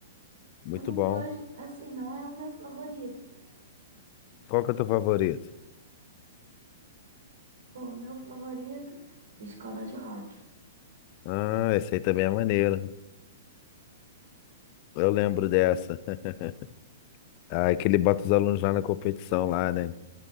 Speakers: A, on the left; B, on the right.
A: Muito
B: Eu não
A: bom.
B: gosto, assim, não é o meu favorito, né?
A: Qual que é o teu favorito?
B: Pô, o meu favorito é Escola de Rock.
A: Ah, esse aí também é maneiro. Eu lembro dessa. <laughs> Ah, que ele bota os alunos lá na competição lá, né?